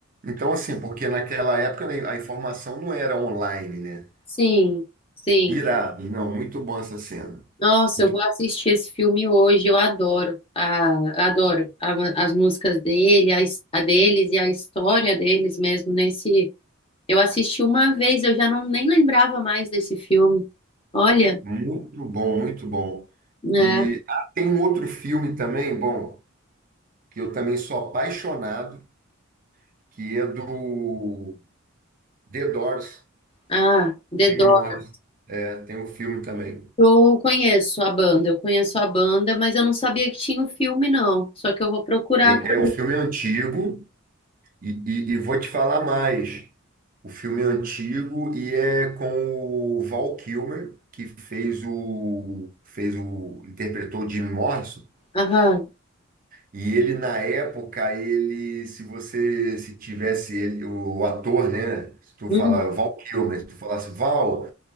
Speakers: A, on the right (about 40°); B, on the left (about 25°).
A: então assim, porque naquela época né, a informação não era online, né?
B: sim, sim.
A: Irado, não, muito bom essa cena.
B: Nossa,
A: Muito,
B: eu vou assistir esse filme hoje. Eu adoro, a, adoro a- as músicas dele, a, his- a deles e a história deles mesmo nesse. Eu assisti uma vez, eu já não nem lembrava mais desse filme. Olha,
A: muito bom, muito bom.
B: né?
A: E ah, tem um outro filme também, bom, que eu também sou apaixonado, que é do The Doors,
B: Ah, The
A: Jim
B: Doors.
A: Morrison. É, tem um filme também.
B: Eu conheço a banda, eu conheço a banda, mas eu não sabia que tinha o filme, não. Só que eu vou procurar.
A: Tem-
B: também.
A: É, o filme é antigo, E, e- e vou te falar mais. O filme é antigo e é com o Val Kilmer, que fez o, fez o, interpretou o Jim Morrison.
B: Aham.
A: E ele, na época, ele, se você, se tivesse ele, o ator, né? Se tu
B: Hum,
A: falar Val Kilmer, se tu falasse Val,